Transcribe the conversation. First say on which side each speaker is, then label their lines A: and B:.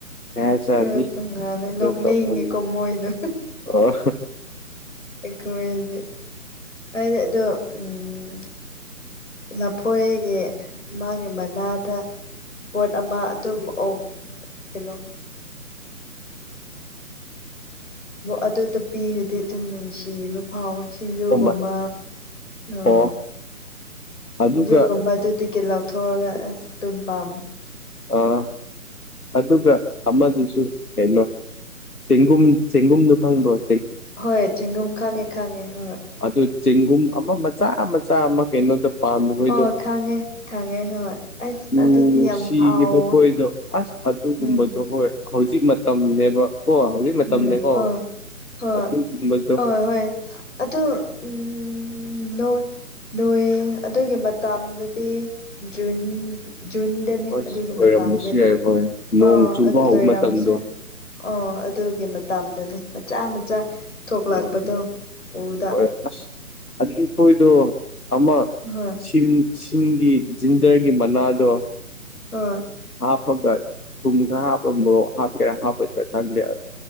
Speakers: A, on the left (about 85°); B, on the left (about 55°).
A: ꯀꯩ ꯍꯥꯏꯁꯤꯔ
B: ꯑꯦ ꯇ‌ꯣꯡꯉꯥꯟꯅ ꯅꯣꯛꯅꯤꯡꯉꯤꯀꯣ
A: ꯇꯧꯕꯅꯤ
B: ꯃꯣꯏꯗꯣ
A: ꯑꯣ
B: ꯑꯩꯈꯣꯏꯗꯤ ꯍꯥꯏꯗꯤ ꯑꯗꯣ ꯎꯝ ꯂꯐꯣꯏꯒꯤ ꯃꯥꯒꯤ ꯃꯅꯥꯗ ꯄꯣꯠ ꯑꯃ ꯑꯗꯨꯝ ꯑꯣ ꯀꯩꯅꯣ ꯑꯗꯨꯗ ꯄꯤꯔꯗꯤ ꯑꯗꯨꯝ ꯅꯨꯡꯁꯤꯕ ꯍꯥꯎ ꯁꯤꯡꯖꯨꯒꯨꯝꯕ
A: ꯑꯣ
B: ꯎꯝ
A: ꯑꯣ ꯑꯗꯨꯒ
B: ꯁꯤꯡꯖꯨꯒꯨꯝꯕ ꯑꯗꯨꯗꯒꯤ ꯂꯧꯊꯣꯛꯔꯒ ꯑꯁ ꯑꯗꯨꯝ ꯄꯥꯝ
A: ꯑꯥ ꯑꯗꯨꯒ ꯑꯃꯗꯨꯁꯨ ꯀꯩꯅꯣ ꯆꯦꯡꯒꯨꯝ ꯆꯦꯡꯒꯨꯝꯗꯨ ꯈꯪꯕ꯭ꯔ‌ꯣ
B: ꯍꯣꯏ ꯆꯦꯡꯒꯨꯝ ꯈꯪꯉꯦ ꯈꯪꯉꯦ ꯍꯣꯏ
A: ꯑꯗꯨ ꯆꯦꯡꯒꯨꯝ ꯑꯃ ꯃꯆꯥ ꯃꯆꯥ ꯑꯃ ꯀꯩꯅꯣꯗ ꯄꯥꯝꯕ ꯃ‌ꯣꯏꯗ‌ꯣ
B: ꯑꯣ ꯈꯪꯉꯦ ꯈꯪꯉꯦ ꯍꯣꯏ ꯑꯁ
A: ꯃꯃꯤꯡꯗ‌ꯣ
B: ꯑꯗꯨꯗꯤ ꯌꯥꯝ
A: ꯁꯤꯅ‌ꯦꯕ
B: ꯍꯥꯎ
A: ꯈ‌ꯣꯏꯗ‌ꯣ ꯑꯗꯨꯒꯨꯝꯕꯗꯣ
B: ꯎꯝ
A: ꯍꯣꯏ ꯍꯧꯖꯤꯛ ꯃꯇꯝꯅꯦꯕ ꯀꯣ ꯍꯧꯖꯤꯛ ꯃꯇꯝꯅꯦꯀꯣ
B: ꯎꯝ ꯍꯣꯏ ꯍꯣꯏ
A: ꯑꯗꯨꯒꯨꯝꯕꯗꯣ
B: ꯍꯣꯏ ꯍꯣꯏ ꯑꯗꯨ ꯎꯝ ꯎꯝ ꯂ‌ꯣ ꯂꯣꯏ ꯑꯗꯨꯒꯤ ꯃꯇꯝꯗꯗꯤ ꯖꯨꯟ ꯖꯨꯟ ꯗꯅꯤ
A: ꯑꯁ
B: ꯑꯗꯨꯒꯤ
A: ꯑꯣꯏꯔꯝꯕꯁꯨ
B: ꯃꯇꯝꯗꯤ
A: ꯌꯥꯏ ꯍꯣꯏ ꯅꯣꯡ
B: ꯑꯥ
A: ꯆꯨꯕ
B: ꯑꯗꯨ
A: ꯍꯧꯕ
B: ꯂꯣꯏꯔꯝꯕꯁꯦ
A: ꯃꯇꯝꯗꯣ
B: ꯑꯣ ꯑꯗꯨꯒꯤ ꯃꯇꯝꯗꯅꯤ ꯃꯆꯥ ꯃꯆꯥ ꯊꯣꯛꯂꯛꯄꯗꯣ
A: ꯑꯣ
B: ꯎꯕꯗ
A: ꯍꯣꯏ ꯑꯁ ꯑꯗꯨꯗꯤ ꯈ‌ꯣꯏꯗ‌ꯣ ꯑꯃ
B: ꯍꯣꯏ
A: ꯁꯤꯡ ꯁꯤꯡꯒꯤ ꯖꯤꯟꯖꯔꯒꯤ ꯃꯅꯥꯗꯣ
B: ꯑꯥ
A: ꯍꯥꯄꯒ ꯊꯨꯝ ꯈ ꯍꯥꯄ ꯃ‌ꯣꯔ‌ꯣꯛ ꯍꯥꯞꯀ‌ꯦꯔꯥ ꯍꯥꯄꯣꯏꯁꯤꯔꯥ ꯈꯪꯗ‌ꯦ